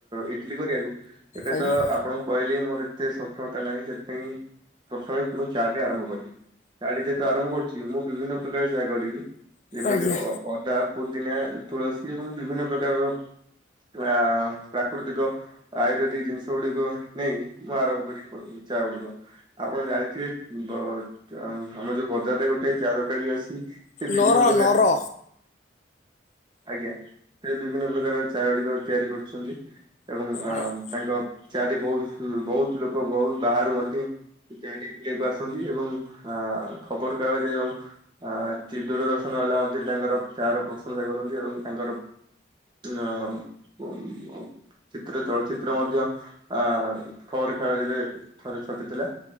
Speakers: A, on the right; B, on the left.
A: ଇଟଲିି କରିବାକୁ। ଏବେ
B: ଆଜ୍ଞା
A: ତ ଆପଣଙ୍କୁ କହିଲେ ମୋର ଏତେ ସକ୍ଷମତା ନାହିଁ ସେଥିପାଇଁ। ପ୍ରଥମେ ମୁଁ ଚା ଟି ଆରମ୍ଭ କରିବି ଚା ଟି ଯେହେତୁ ଆରମ୍ଭ କରୁଛି ମୁଁ ବିଭିନ୍ନ ପ୍ରକାର ଚାହା କରିବି। ଯେପରି
B: ଆଜ୍ଞା
A: ଅଦା ପୁଦିନା ତୁଳସୀ ଏବଂ ବିଭିନ୍ନ ପ୍ରକାରର। ଆ ପ୍ରାକୃତିକ ଆୟୁର୍ବେଦି ଜିନିଷ ଗୁଡିକ ନେଇ ନୂଆ ଆରମ୍ଭ କରି ଚା ଗୁଡିକ ଆପଣ ଜାଣିଥିବେ ବଜ୍ ଆମ ଯୋଉ ବଜାରରେ ଗୋ ଗୋଟେ ଚା ଦୋକାନୀ ଅଛି। ସେ ବିଭିନ୍ନ
B: ନର
A: ପ୍ରକାର
B: ନର।
A: ଆଜ୍ଞା ସେ ବିଭିନ୍ନ ପ୍ରକାର ଚା ଗୁଡିକ ତିଆରି କରୁଛନ୍ତି। ଏବଂ
B: ଆଜ୍ଞା
A: ତାଙ୍କ ଚାଟି ବହୁତ ବହୁତ ଲୋକ ବହୁତ ବାହାରୁ ମଧି ଚାଟି ପିଇବାକୁ ଆସନ୍ତି ଏବଂ ଆ ଖବରକାଗଜ ଏବଂ ଆ ଚି ଦୂରଦର୍ଶନ ନହେଲେ ଅଣ୍ଟି ତାଙ୍କର ଚା ର ପ୍ରଶଂସା କରନ୍ତି ଏବଂ ତାଙ୍କର ଆଉ <unintelligible> ଚିତ୍ର ଚଳଚିତ୍ର ମଧ୍ୟ ଆ ଖବର କାଗଜ ରେ ଥରେ ଛପିଥିଲା